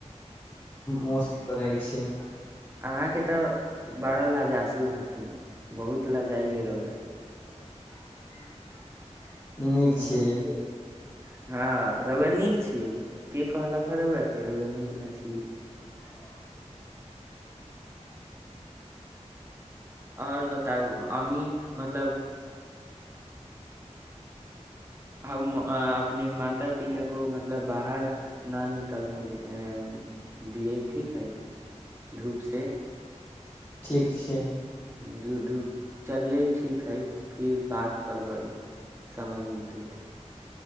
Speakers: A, on the left; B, on the right.
A: मोस करैय छी <unintelligible>
B: अहाँके तऽ बड़ा लजासुर हथिन बहुत लाजाइले रौआ
A: <unintelligible>
B: समझलियै
A: छी
B: नु हँ रौआ नीक छियै के कहलक हे रौआ के रौआ नीक न छियै
A: <unintelligible>
B: आओर बताउ अम्मी मतलब आ अपने माता पिता को मतलब बाहर न निकलने ऐ दियै ठीक हइ धूप से
A: ठीक छै
B: रूधू चलियै ठीक हइ फिर बात करबै समय मिलतै तऽ